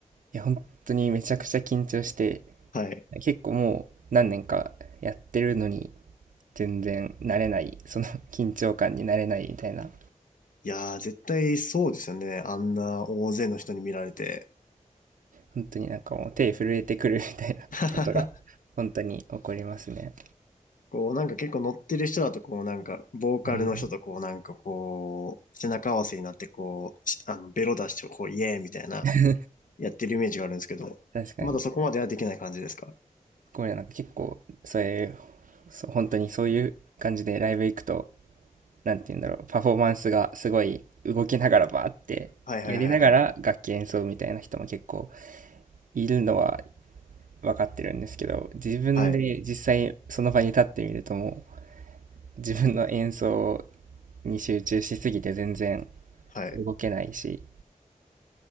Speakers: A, on the right; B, on the left.
A: いや、本当にめちゃくちゃ緊張して、
B: はい。
A: 結構もう何年かやってるのに、全然慣れないその <laughs> 緊張感に慣れないみたいな
B: いやー、絶対そうですよね。あんな大勢の人に見られて。
A: 本当になんかもう手震えてくるみたいな
B: <laughs>
A: <laughs> ことが本当に起こりますね。
B: こう、なんか結構乗ってる人だと、こう、なんか、ボーカルの人とこう、
A: うん、
B: なんかこう、背中合わせになって、こう、しあの、ベロ出して、こう、イエーイみたいな、
A: <laughs>
B: やってるイメージがあるんですけど、
A: 確かに
B: まだそこまではできない感じですか
A: これなんか結構そういうそう本当にそういう感じでライブ行くとなんて言うんだろうパフォーマンスがすごい動きながらバーってやりながら楽器演奏みたいな人も結構
B: はいはいはいはい。
A: いるのは分かってるんですけど自分で実際その場に立ってみるとも
B: はい。
A: う自分の演奏に集中しすぎて全然
B: はい。
A: 動けないし、